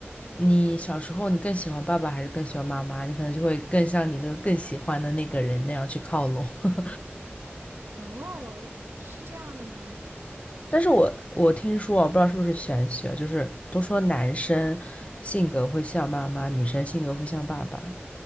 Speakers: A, on the left (about 30°); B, on the right (about 65°).
A: 你小时候你更喜欢爸爸还是更喜欢妈妈，你可能就会更像你那个更喜欢的那个人那样去靠拢。<laughs>
B: 哦，是这样的吗？
A: 但是我我听说啊我不知道是不是玄学，就是都说男生性格会像妈妈，女生性格会像爸爸。